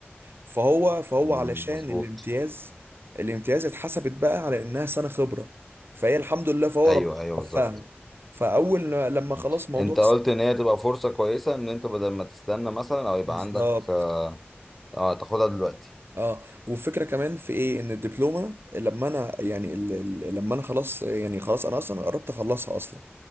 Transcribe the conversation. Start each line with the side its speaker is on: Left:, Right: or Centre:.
Right: فهو فهو
Centre: مم،
Right: علشان
Centre: مظبوط
Right: الامتياز الامتياز اتحسبت بقى على انها سنة خبرة فهي الحمد لله فهو
Centre: ايوه
Right: ربنا
Centre: ايوه
Right: وفقها
Centre: بالظبط
Right: فاول لما
Centre: مم.
Right: خلاص موضوع
Centre: انت
Right: الس-
Centre: قلت ان هي تبقى فرصة كويسة ان انت بدل ما تستنى مثلا او يبقى
Right: بالظبط
Centre: عندك اه آه، تاخدها دلوقتي
Right: اه والفكره كمان في ايه ان الدبلومه لما انا يعني ال... ال- لما انا خلاص يعني خلاص انا اصلا قربت اخلصها اصلا